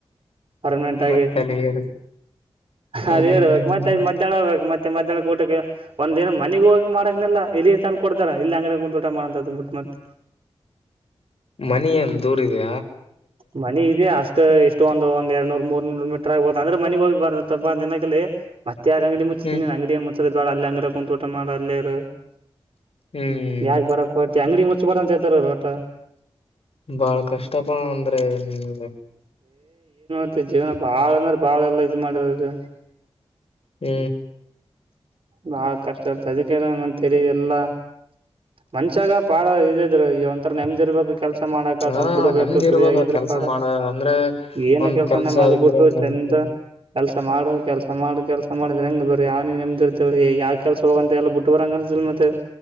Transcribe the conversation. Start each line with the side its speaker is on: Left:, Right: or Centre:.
Right: ಪರ್ಮನೆಂಟ್ ಆಗಿ
Left: ಮತ್ತೆ ಅಲ್ಲಿಗೆ ಹ್ಮ್
Right: ಅದೇರ್ಬೇಕು
Left: ಹ್ಮ್ ಹ್ಮ್ ಹ್ಮ್
Right: ಮತ್ತೆದು
Left: ಹ್ಮ್
Right: ಮಧ್ಯಾಹ್ನ ಹೋಗಬೇಕು ಮತ್ತೆ ಮಧ್ಯಾಹ್ನ ಊಟಕ್ಕೆ ಒಂದ್ ದಿನ ಮನಿಗ್ ಹೋಗ ಮಾಡಕನಿಲ್ಲ ಇಲ್ಲಿ ತನ್ ಕೊಡ್ದಾರ ಇಲ್ಲಿ ಅಂಗಡ ಒಂದ್ ಊಟ ಮಾಡಂತ ಮುಟ್ಟ ಮತ್ತ
Left: ಮನಿಯನ್ ದೂರಿದೆ
Right: ಮನ ಇದೆ ಅಷ್ಟ ಷ್ಟ ಇಷ್ಟ ಒಂದ ಒಂದ ಎರಡ್ ನೂರ್ ಮೂರ್ ನೂರ್ ಮೀಟರ್ ಆಗ್ಬಹು ಅಂದ್ರೆ ಮನೆ ಹೋಗಿ ಬರ್ ದಿನಕ ಮತ್ತೆ ಅಂಗಡಿ ಮು
Left: ಹ್ಮ್
Right: ಅಂಗಡಿಯ ಬೇಡ ಅಲ್ಲಲ್ಲಿ ಅಂಗಡ ಕುಂತ ಊಟ ಮಾಡ ಅಲ್ಲೇರು
Left: ಹ್ಮ್
Right: ಯಾಕ ಬರಕ್ ಕೊತಿ ಅಂಗಡಿ ಮತ್ತ ಪಠತಾರ ಹೊಊಟ <unintelligible>
Left: ಬಾಳ ಕಷ್ಟ ಇತ್ತಪ ಅಂದ್ರೆ ನಿಮ್ಗೆ
Right: ತ್ತ ಜೀವನ ಬಾಳಂದ್ರ ಬಾಳ ಎಲ್ಲಾ ಇ್ ಮಾಡಿರದು
Left: ಹ್ಮ್
Right: ಬಾ ಕಷ್ಟ ಇತ ಅದಕ್ಕೆಲ್ಲ ನ ತರಿ ಎಲ್ಲಾ ಮಂಷಾಗ ಪಾಡ ಇದ ಇದ್ರ ಈ ಒಂಥರ ನೆಮ್ದಿರ್ಬೇಕಕ್ ಕೆಲಸ ಮಾಡಕ
Left: ಹಾ
Right: ಸಲ್ ಬಿಡ್ಬೇಕು
Left: ನೆಮ್ದಿ
Right: ಫ
Left: ಇರ್ಬೇಕ
Right: ಆಗಿದ್ರೆ
Left: ಕೆಲ್ಸ
Right: ಪಡ
Left: ಮಾಡ ಅಂದ್ರೆ
Right: ಏನು
Left: ಒಂದ್
Right: ಕೆಲ್ಸಾನ
Left: ಕೆಲ್ಸ
Right: ಮದಬಿಟ್ಟು
Left: ಇದ್ರೆ ನಡೀತು
Right: ಚಂದ ಕೆಲ್ಸ ಮಾಡ ಕೆಲ್ಸ ಮಾಡ ಕೆಲ್ಸ ಮಾಡ್ರ ಹೆಂಗ ಬರ್ರ ಯಾವ ನಮ್ದಿರ್ದಲ್ರಿ ಯಾವ ಕೆಲ್ಸ ಹೋಗಂತ ಎಲ್ಲ ಬಿಟ್ಟ ಬರಂಗನ್ಲ್ ಮತ್ತೆ